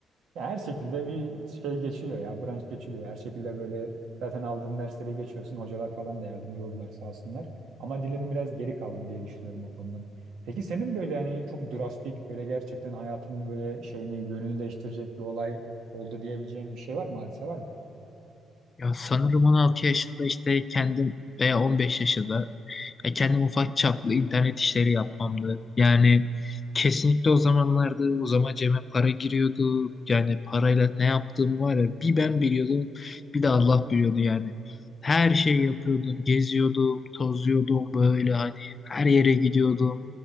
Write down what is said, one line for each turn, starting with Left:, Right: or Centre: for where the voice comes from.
Right: ya her şekilde bir şey geçiyor ya, branş geçiliyor. Her şekilde böyle zaten aldığın dersleri geçiyorsun. Hocalar falan da yardımcı oldular sağ olsunlar. Ama dilim biraz geri kaldı diye düşünüyorum o konudan. Peki senin böyle hani çok drastik, böyle gerçekten hayatımın böyle şeyini, yönünü değiştirecek bir olay oldu diyebileceğim bir şey var mı? Hadise var mı?
Left: Ya sanırım 16 yaşında işte kendim veya 15 yaşında ya kendim ufak çaplı internet işleri yapmamdı. Yani kesinlikle o zamanlarda o zaman cebe para giriyordu. Yani parayla ne yaptığım var ya bir ben biliyordum bir de Allah biliyordu yani. Her şeyi yapıyordum, geziyordum, tozuyordum böyle hani her yere gidiyordum.